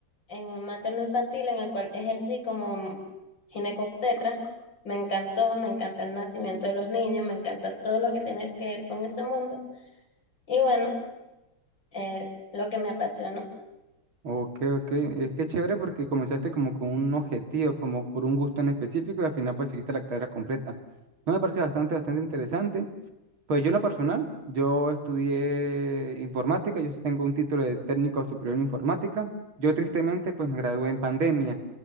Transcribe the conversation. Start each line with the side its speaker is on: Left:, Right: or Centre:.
Left: en un materno infantil en el cual ejercí como ginecostetra. Me encantó, me encanta el nacimiento de los niños, me encanta todo lo que tiene que ver con ese mundo. Y bueno, es lo que me apasiona.
Right: Ok, ok. Es que chévere porque comenzaste como con un objetivo, como por un gusto en específico y al final pues seguiste la carrera completa. No me parece bastante, bastante interesante. Pues yo en lo personal, yo estudié informática, yo tengo un título de técnico superior en informática. Yo tristemente pues me gradué en pandemia.